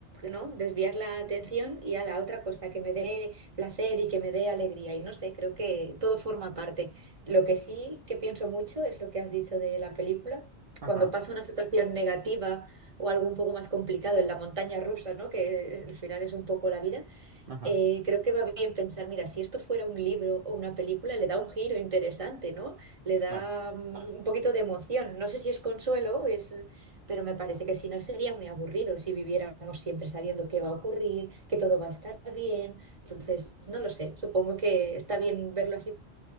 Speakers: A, on the right; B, on the right.
A: ¿no? Desviar la atención y a la otra cosa, que me dé placer y que me dé alegría. Y no sé, creo que todo forma parte. Lo que sí que pienso mucho es lo que has dicho de la película.
B: Ajá,
A: Cuando pasa una situación negativa o algo un poco más complicado en la montaña rusa, ¿no? Que al final es un poco la vida
B: ajá,
A: eh, creo que va bien pensar, mira, si esto fuera un libro o una película, le da un giro interesante, ¿no? Le da
B: claro.
A: mm, un poquito de emoción. No sé si es consuelo, es... pero me parece que si no sería muy aburrido si viviéramos siempre sabiendo qué va a ocurrir, que todo va a estar bien. Entonces, no lo sé, supongo que está bien verlo así,